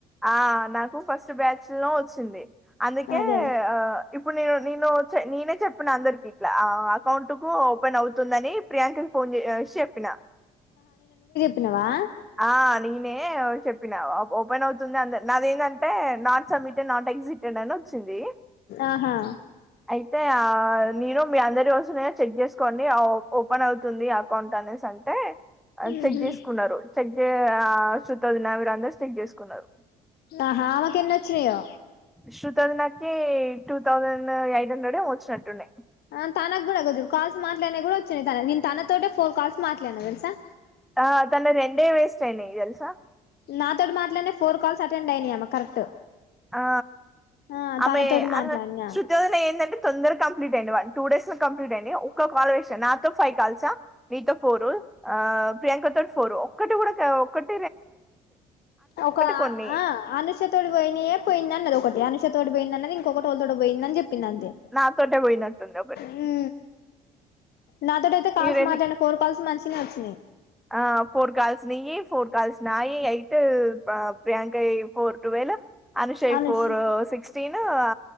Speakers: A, in the centre; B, on the left.
A: ఆ నాకు ఫస్ట్ బ్యాచ్ లో వచ్చింది అందుకే
B: అదే అదే
A: ఆ ఇప్పుడు నేను నేను నేనే చెప్పిన అందరికి ఇట్లా ఆవ్వ అకౌంట్ కు ఓపెన్ అవుతుందని ప్రియాంక ఫోన్ చే చెప్పిన
B: తిన్నావా
A: ఆ నీ ఏయ్ ఓయ్ చెప్పినా ఓపెన్ అవుతుంది అని నాదెందంటే నాట్ సబ్మిటెడ్ నాట్ ఎగ్జటెడ్ అని వచ్చింది
B: ఆహా
A: అయితే ఆ నేను మీ అందరి ఏ చెక్ చెస్ కొన్ని ఆ ఓ ఓపెన్ అవుతుంది అ కొంటానెస్ అంటే ఆ
B: ఉహు
A: చెక్ చేసుకున్నారు అంటే ఆ సుత ఉన్నా కూడా అందరు చెక్ చేసుకున్నారు
B: ఆహా ఆమెకి ఎన్ని వచ్చినయో
A: శృతి వదినకి టూ థౌజండ్ ఎయిట్ హండ్రెడ్ ఏమో వచ్చినట్టున్నాయి
B: ఆ తన కూడా కొంచం కాల్స్ మా అనే కూడా వచ్చాయి తను నేను తన తోటే ఫోర్ కాల్స్ మాట్లాడిన తెలుసా
A: ఆ తన రెండే వేస్ట్ అయినాయి తెలుసా
B: నాతోటి మాట్లాడిన ఫోర్ కాల్స్ అటెండ్ అయినాయి ఆమె కరెక్ట్
A: ఆ
B: ఆ
A: ఆమె
B: తనతోటి మాట్లాడినా
A: అద్ శుతి వదిన ఏందంటే తొందరగా కంప్లీట్ అయినాయి వన్ టూ డేస్ లో కంప్లీట్ అయినాయి ఒక్క కాల్ వే నాతో ఫైవ్ కాల్సా నీతో ఫోరు ఆ ప్రియాంక తోటి ఫోర్ ఒక్కటి కూడా క్యా ఒకట్
B: ఒక
A: కొన్ని
B: ఆ ఆ అనుష తోటి పోయినయె పోయిందన్నది ఒకటి అనుషతోోటి పోయిందన్నది ఇంకొకటి టేళ్ళతోటో పోయిందని చెప్ పిందంతె
A: నాతోటే పోయినట్టుంది ఒకటి
B: హు నాతోటి అయితే కాల్స్
A: ఈ రెండు
B: మాట్లాడిన ఫోర్ కాల్స్ మంచిినే ఒచ్ న్ని
A: ఆ ఫోర్ కాల్స్ నియ్యి ఫోర్ కల్స్ నాయి ఎయిట్ ఆ ప్రియాంకై ఫర్ టువెలు అనుషై
B: అనుష్
A: ఫోర్ సిక్ టిను ఆ